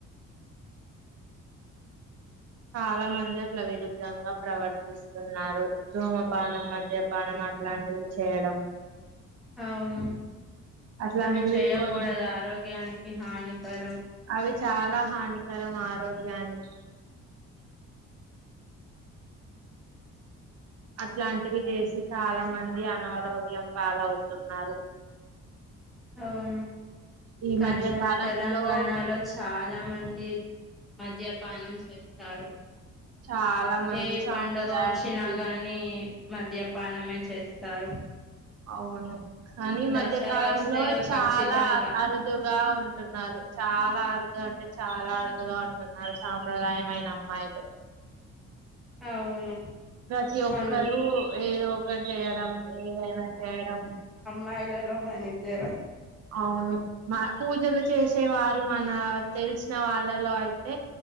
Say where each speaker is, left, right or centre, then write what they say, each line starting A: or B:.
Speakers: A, on the right; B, in the centre.
A: చాలా మంది అట్ల విరుద్ధంగా ప్రవర్తిస్తున్నారు ధూమపానం మద్యపానం అలాంటివి చేయడం
B: అవును
A: అట్లాంటివి
B: అవి చెయకూడదు
A: కొ
B: ఆరోగ్యానికి హానికరం
A: అవి చాలా హానికరం ఆరోగ్యానికి అట్లాంటివి చేసి చాలా మంది అనారోగ్యం పాలవుతున్నారు
B: అవును
A: ఈ
B: కానీ
A: మధ్య
B: మన
A: కాలంలో
B: తెలంగాణలో చ్ చాలా మంది మద్యపానం చేస్తారు
A: చాలా మంది
B: ఏ
A: సాంప్రదాయానికి
B: పండగ వచ్చినా గానీ మద్యపానమే చేస్తారు
A: అవును కానీ ఈ
B: దసరా
A: మధ్యకాలంలో
B: వస్తేగా
A: చాలా
B: ఖచ్చితంగా
A: ఆ ఆరో దుగా ఉంటున్నారు చాలా అరుదు అంటే చాలా అరుదుగా ఉంటున్నారు సాంప్రదాయమైన అమ్మాయిలు
B: అవును
A: ప్రతి ఒక్కరు
B: అన్
A: ఏదో ఒకటి చేయడం ఏదైనా చేయడం
B: మహిళలో మనిద్దరం
A: అవును మా పూజలు చేసేవారు మన తెలిసిన వాళ్ళలో అయితే